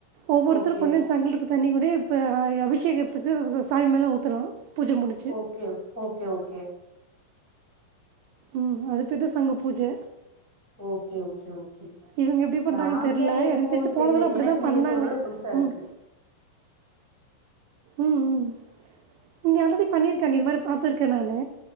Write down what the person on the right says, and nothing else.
ஒவ்வொருத்தரும்
கொஞ்சம் சங்கல இருக்கறது தண்ணி கூட இப்ப அபிஷேகத்துக்கு இது சாமி மேல ஊத்தலாம் பூஜ முடிச்சு
ம் அதுக்கு தான் சங்கு பூஜை
இவங்க எப்படி பண்ணுறாங்கன்னு
தெரில
எனக்கு தெரிஞ்சு போன
தடவை அப்படி
தான் பண்ணாங்க
ம் ம் ம் இங்க ஆல்ரெடி பண்ணிருக்காங்க இது மாதிரி பாத்துருக்கேன் நானு